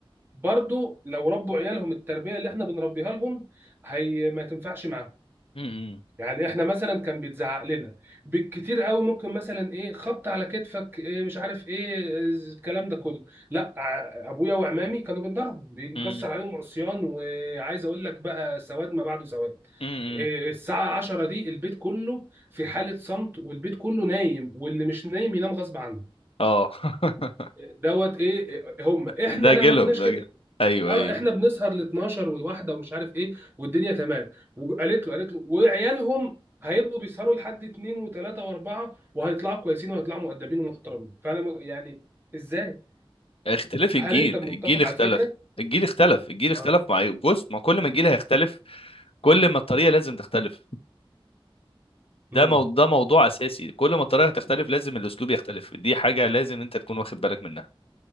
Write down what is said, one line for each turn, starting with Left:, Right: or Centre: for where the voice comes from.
Right: برضو لو ربوا عيالهم التربيه اللي احنا بنربيها لهم هي ما تنفعش معاهم
Left: امم
Right: يعني احنا مثلا كان بيتزعق لنا بالكتير قوي ممكن مثلا ايه خبط على كتفك إيه مش عارف ايه الكلام ده كله لا ع- ابويا وعمامي كانوا بينضربوا بينكسر
Left: امم
Right: عليهم عصيان وعايز اقول لك بقى سواد ما بعده سواد
Left: امم
Right: إيه الساعة 10 دي البيت كله في حالة صمت والبيت كله نايم واللي مش نايم ينام غصب عنه
Left: اه <laughs>
Right: دوت ايه إيه، هم احنا
Left: ده
Right: لا
Left: جيلهم
Right: ما كناش
Left: ده
Right: كده
Left: جيل. ايوه
Right: اه
Left: ايوه
Right: احنا بنسهر ل 12 والواحده ومش عارف ايه والدنيا تمام وقالت له قالت له وعيالهم هيبقوا بيسهروا لحد اتنين وتلاته واربعه وهيطلعوا كويسين وهيطلعوا مؤدبين ومحترمين فانا م- يعني ازاي؟
Left: اختلاف الجيل
Right: هل انت متفق
Left: الجيل اختلف
Right: على الفكره؟
Left: الجيل اختلف الجيل اختلف
Right: اه
Left: مع بص ما كل ما الجيل هيختلف كل ما الطريقه لازم تختلف
Right: امم
Left: ده مو... ده موضوع اساسي كل ما الطريقه هتختلف لازم الاسلوب يختلف دي حاجه لازم انت تكون واخد بالك منها